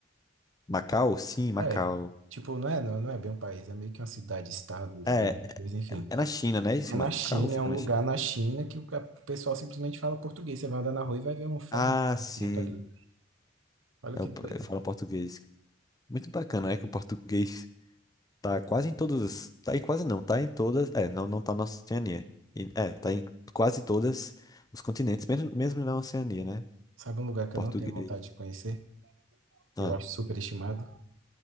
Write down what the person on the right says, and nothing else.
É, tipo, não é, não, não é bem um país, é meio que uma cidade-estado independente,
mas enfim.
É na
China,
é um
lugar
na China que o ca- o pessoal simplesmente fala português. Você vai andar na rua e vai ver um farmácia
escrito ali. Olha
que doido.
Sabe um lugar que
eu não tenho vontade de conhecer?
Eu acho superestimado?